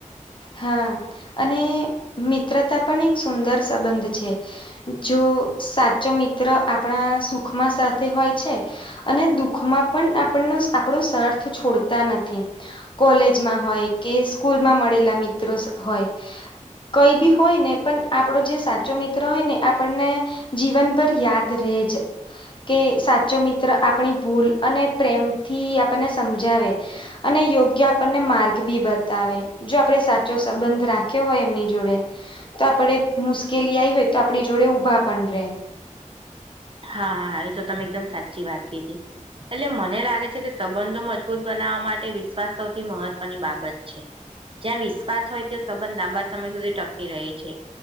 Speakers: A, on the left; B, on the right.
A: હા, અને મિત્રતા પણ એક સુંદર સંબંધ છે. જો સાચો મિત્ર આપણા સુખમાં સાથે હોય છે. અને દુઃખમાં પણ આપણને આપણો સાથ છોડતા નથી. કોલેજમાં હોય કે સ્કૂલ માં મળેલા મિત્રો હોય કંઈ બી હોય ને પણ આપણો જે સાચો મિત્ર હોય ને આપણને જીવનભર યાદ રેજ. કે સાચો મિત્ર આપણી ભૂલ અને પ્રેમથી આપણને સમજાવે. અને યોગ્ય આપણને માર્ગ બી બતાવે જો આપણે સાથે. જો સંબંધ રાખ્યો હોય એમની જોડે. તો આપડે મુશ્કેલી આવી હોય તો આપણી જોડે ઊભા પણ રહે.
B: હા, એ તો તમે એકદમ સાચી વાત કીધી. એટલે મને લાગે છે, કે સંબંધો મજબૂત બનાવવા માટે વિશ્વાસ સૌથી મહત્વની બાબત છે. જ્યાં વિશ્વાસ હોય ત્યાં સંબંધ લાંબા સમય સુધી ટપકી રહે છે.